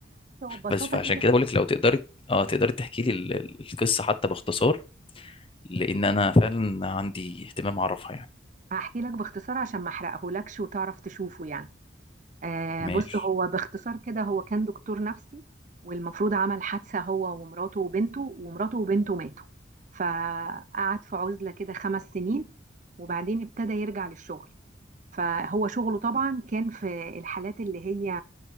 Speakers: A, on the right; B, on the left.
A: ببساطة
B: بس فعشان
A: كده
B: كده بقول لك لو تقدري اه تقدري تحكي لي ال- ال- القصه حتى باختصار لان انا فعلا عندي اهتمام اعرفها يعني
A: هحكي لك باختصار عشان ما أحرقهولكش وتعرف تشوفه يعني آه،
B: ماشي
A: بص هو باختصار كده هو كان دكتور نفسي والمفروض عمل حادثة هو ومراته وبنته ومراته وبنته ماتوا فقعد في عزلة كده خمس سنين وبعدين ابتدى يرجع للشغل فهو شغله طبعا كان في الحالات اللي هي